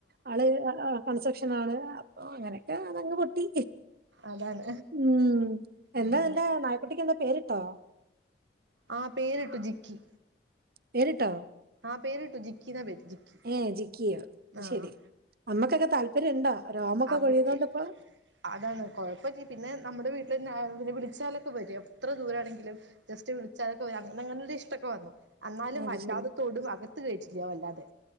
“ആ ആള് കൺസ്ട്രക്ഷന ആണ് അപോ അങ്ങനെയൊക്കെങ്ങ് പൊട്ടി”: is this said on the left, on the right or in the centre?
Right